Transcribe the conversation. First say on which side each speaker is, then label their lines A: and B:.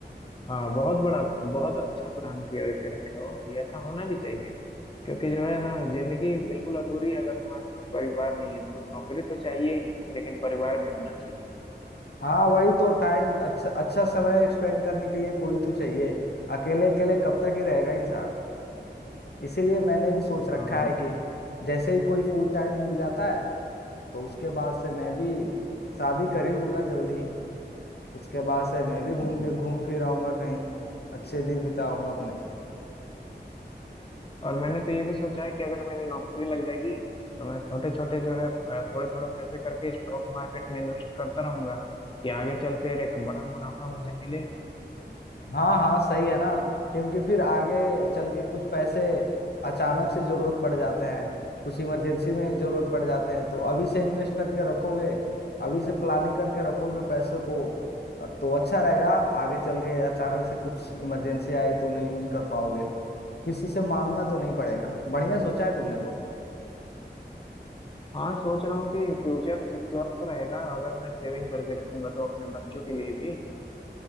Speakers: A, on the left; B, on the left.
A: हाँ बहुत बड़ा बहुत अच्छा प्लान किया के रखे हो ये ऐसा होना भी चाहिए क्योंकि जो है ना जिंदगी बिल्कुल अधूरी है अगर तुम्हारे साथ परिवार नहीं है तो नौकरी तो चाहिए ही लेकिन परिवार भी होना चाहिए
B: हाँ वही तो टाइम अच्छा अच्छा समय स्पेंड करने के लिए कोई तो चाहिए अकेले अकेले कब तक ही रहेगा इंसान इसीलिए मैंने भी सोच रखा
A: हाँ
B: है कि जैसे ही कोई फुल टाइम मिल जाता है तो उसके बाद से मैं भी शादी कर ही लूंगा जल्दी उसके बाद से मैं भी घूम
A: हम्म।
B: घूम फिर आऊंगा कहीं अच्छे दिन बिताऊंगा अपने
A: और मैंने तो ये भी सोचा है कि अगर मेरी नौकरी लग जाएगी तो मैं छोटे छोटे जो है थोड़े थोड़े पैसे करके स्टॉक मार्केट में इन्वेस्ट करता रहूंगा कि आगे चल कर एक बड़ा मुनाफा मुझे मिले
B: हाँ हाँ सही है ना क्योंकि फिर आगे चल के कुछ पैसे अचानक से जरूरत पड़ जाते हैं कुछ इमरजेंसी में जरूरत पड़ जाते हैं तो अभी से इन्वेस्ट करके रखोगे अभी से प्लानिंग करके रखोगे पैसों को तो अच्छा रहेगा आगे चल के अचानक से कुछ इमरजेंसी आए तो उन्हें यूज कर पाओगे किसी से मांगना तो नहीं पड़ेगा बढ़िया सोचा है तुमने तो
A: हाँ सोच रहा हूँ कि फ्यूचर सिक्योर तो रहेगा अगर मैं सेविंग करके रखूंगा तो अपने बच्चों के लिए भी